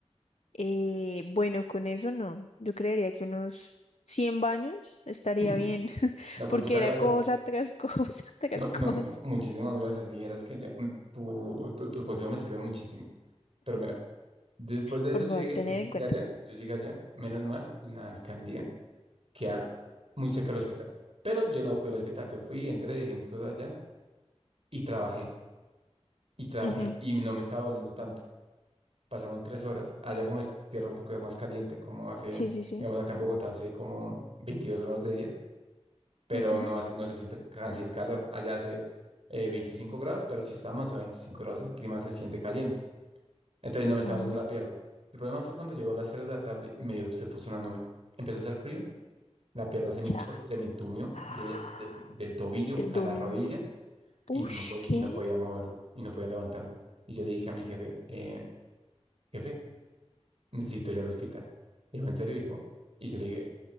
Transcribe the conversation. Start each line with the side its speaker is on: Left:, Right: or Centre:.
Left: Eh, bueno, con eso no. Yo creería que unos 100 baños estaría
Right: <laughs>
Left: bien, <laughs>
Right: No, pues
Left: porque
Right: muchas
Left: era
Right: gracias.
Left: cosa tras cosa <laughs> tras
Right: No,
Left: cosa.
Right: no, no, muchísimas gracias. Y eras que yo, mm, tu, tu, tu consejo me sirve muchísimo. Pero mira, después de
Left: Por
Right: eso yo
Left: favor,
Right: llegué,
Left: tener
Right: yo llegué
Left: en cuenta.
Right: allá, yo llegué allá, menos mal, la alcaldía queda muy cerca del hospital. Pero yo no fui al hospital, yo fui, entré, dejé mis cosas allá y trabajé, y trabajé,
Left: Ujú, ujú.
Right: y no me estaba doliendo tanto. Pasaron tres horas, allá como es tierra un poco más caliente, como hace,
Left: Sí, sí, sí.
Right: digamos acá en Bogotá hace como 22 grados de día, pero
Left: Ujú,
Right: no, hace- no se siente el- casi el calor. Allá hace eh, 25 grados, pero si estamos a 25 grados, el clima se siente caliente. Entonces
Left: ujú.
Right: no me estaba doliendo la pierna. El problema fue cuando llegó a las 3 de la tarde, me, se puso una nube. Empezó a hacer frío, la pierna se me
Left: Chao.
Right: hinchó, se me entumió
Left: <gasps>
Right: de, de- del
Left: <sighs>
Right: tobillo
Left: Del
Right: a
Left: dolor.
Right: la rodilla y
Left: Ush,
Right: no, po- y
Left: ¿qué?
Right: no podía moverla, y no podía levantarme. Y yo le dije a mi jefe, eh, jefe, necesito ir al hospital. Dijo, ¿en serio? Dijo, y yo le dije,